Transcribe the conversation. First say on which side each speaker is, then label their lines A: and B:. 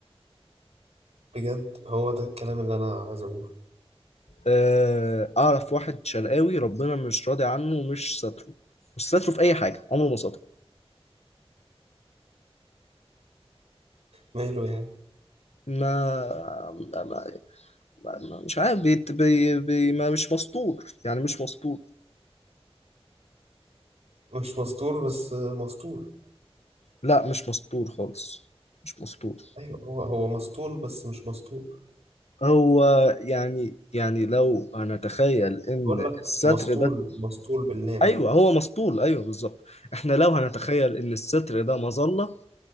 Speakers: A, on the right; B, on the left.
A: بجد هو ده الكلام اللي انا عايز اقوله
B: آه، اعرف واحد شرقاوي ربنا مش راضي عنه ومش ستره مش ستره في اي حاجة عمره ما ستره
A: ماله يعني
B: ما ما- ما- مش عارف بي بي بي ما مش مسطور يعني مش مسطور
A: مش مسطول بس مسطول
B: لا مش مسطور خالص مش مسطور
A: ايوه هو هو مسطول بس مش مسطول
B: هو يعني يعني لو هنتخيل ان
A: بقول لك
B: الستر
A: مسطول
B: ده
A: مسطول باللام
B: ايوه هو مسطول ايوه بالظبط احنا لو هنتخيل ان الستر ده مظله